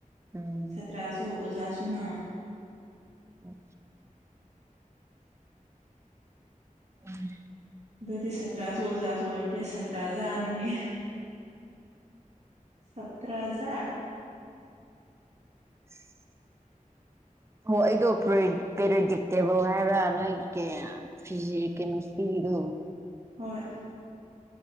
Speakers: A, on the right (about 20°); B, on the right (about 50°).
A: ꯎꯝ
B: ꯁꯥꯇ꯭ꯔꯁꯨ ꯑꯣꯖꯥꯁꯨꯅ
A: ꯑꯣ ꯎ <unintelligible>
B: ꯗꯣꯗꯤ ꯁꯇꯔꯥꯁꯨꯣ ꯍꯖꯥ ꯁꯣꯏꯔꯗꯦ ꯁꯠꯇ꯭ꯔꯖꯥꯅꯤꯅꯦ ꯁꯠꯇ꯭ꯔꯖꯥ
A: <inaudible> ꯍ ꯑꯩꯗꯣ ꯄꯦꯔꯣꯗꯤ ꯇꯦꯕꯧ ꯍꯥꯏꯕ꯭ꯔꯥ ꯅꯣꯏ ꯀꯦ ꯐ ꯀꯩꯅꯣ ꯁꯤꯗꯣ
B: ꯍꯣꯏ